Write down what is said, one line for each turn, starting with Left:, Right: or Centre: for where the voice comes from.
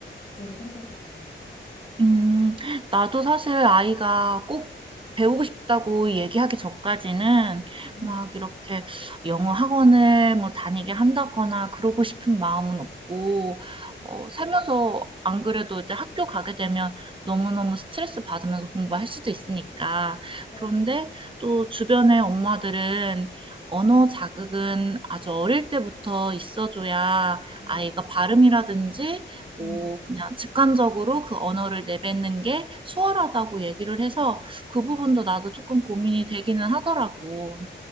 Left: 그런 생각이 들어.
Right: 음, 나도 사실 아이가 꼭 배우고 싶다고 얘기하기 전까지는
Left: 음,
Right: 막 이렇게 영어 학원을 뭐 다니게 한다거나 그러고 싶은 마음은 없고, 어, 살면서 안 그래도 이제 학교 가게 되면 너무너무 스트레스 받으면서 공부할 수도 있으니까.
Left: 어,
Right: 그런데 또 주변의 엄마들은 언어 자극은 아주 어릴 때부터 있어줘야
Left: 음,
Right: 아이가 발음이라든지 뭐
Left: 음.
Right: 그냥 직관적으로 그 언어를 내뱉는 게 수월하다고 얘기를 해서 그 부분도 나도 조금 고민이 되기는 하더라고.